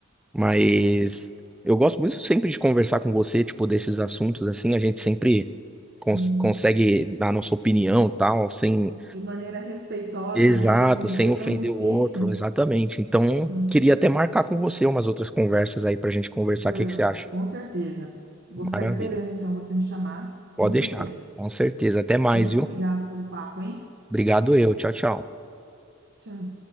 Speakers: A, in the centre; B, on the right.
A: Mas
B: Sim,
A: eu gosto muito sempre de conversar com você, tipo, desses assuntos, assim, a gente sempre
B: sim.
A: cons- consegue dar nossa opinião, tal, sem...
B: De maneira respeitosa,
A: Exato,
B: né? Hoje em dia
A: sem
B: é
A: ofender
B: tão difícil.
A: o outro, exatamente. Então,
B: Sim.
A: queria até marcar com você umas outras conversas aí pra gente conversar,
B: Vamos,
A: o que que você acha?
B: com certeza. Vou
A: Maravilha.
B: ficar esperando então você me chamar, com
A: Pode
B: certeza.
A: deixar, com certeza. Até mais,
B: Muito
A: viu?
B: obrigada pelo papo, hein?
A: Obrigado eu, tchau, tchau.
B: Tchau.